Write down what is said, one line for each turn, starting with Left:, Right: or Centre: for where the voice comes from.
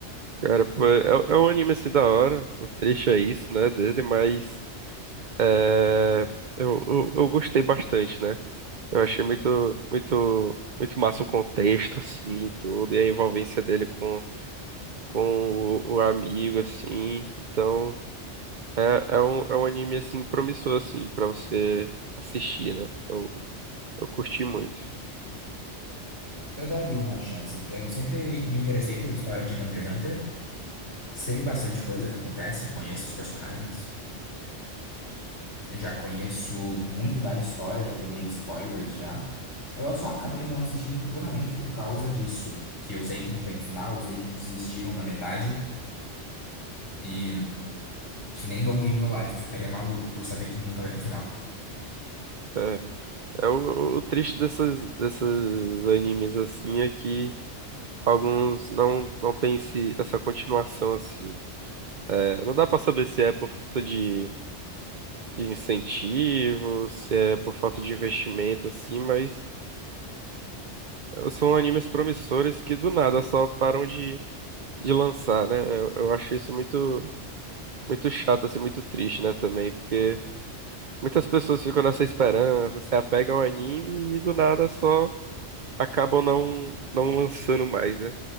Right: Cara, pô, é, é um anime assim da hora. O trecho é isso, né, dele, mas é, eu, eu, eu gostei bastante, né? Eu achei muito, muito, muito massa o contexto, assim, e tudo, e a envolvência dele com, com o, o amigo, assim. Então, é, é um, é um anime, assim, promissor, assim, pra você assistir, né? Eu, eu curti muito.
Left: Eu daria uma chance. Eu sempre me interessei pela história de Hunter x Hunter. Sei bastante coisa que acontece, conheço os personagens, já conheço muito da história, já tomei spoilers já. Eu só acabei não assistindo puramente por causa disso, que eu sei que não tem final, eu sei que desistiram na metade e que nem No Game No Life eu ficaria maluco por saber que nunca vai ter final.
Right: É, é o, o triste dessas, dessas animes, assim, é que. alguns não não têm esse, essa continuação assim. É, não dá pra saber se é por falta de, de incentivo, se é por falta de investimento assim, mas são animes promissores que do nada só param de, de lançar, né? Eu, eu acho isso muito muito chato assim, muito triste, né, também, porque muitas pessoas ficam nessa esperança, se apegam ao anime e do nada só acabam não não lançando mais, né?